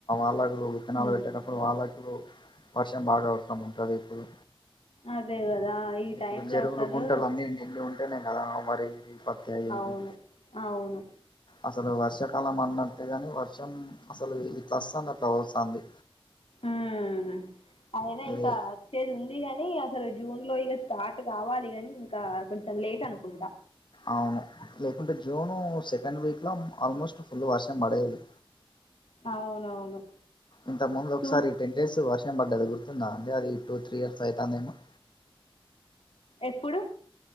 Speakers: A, on the left; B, on the left.
A: అలాగ విత్తనాలు
B: ఉమ్
A: పెట్టేటప్పుడు వాళ్ళకు వర్షం బాగా అవసరం ఉంటుంది ఇప్పుడు
B: అదే కదా ఈ
A: ఇప్పుడు
B: టైమ్
A: చెరువులు
B: లో అసలు
A: గుంటలు అన్నీ ఎండి ఉం టనే కదా వరి గిరి పత్తి అవన్నీ
B: అవును అవును
A: అసలు వర్షాకాలం అన్నట్టే గాని వర్షం అసలు ఈట్ల వస్తాంది అట్లా పోతోంది
B: ఉమ్ అయినా ఇంకా
A: ఇది
B: వచ్చేది ఉంది గాని అసలు జూన్లో ఇక స్టార్ట్ కావాలి ని ఇంకా కొంచెం లేట్ అనుకుంటా
A: అవును లేకుంటే జూను సెకండ్ వీక్లో ఆల్మోస్ట్ ఫుల్ వర్షం పడేయాలి
B: అవునవును
A: ఇంత ముందు ఒకసారి
B: చూ
A: టెన్ డేస్ వర్షపడ్డది గుర్తుందా అంటే అది టూ త్రీ ఇయర్స్ అవుతుందేమ
B: ఎప్పుడు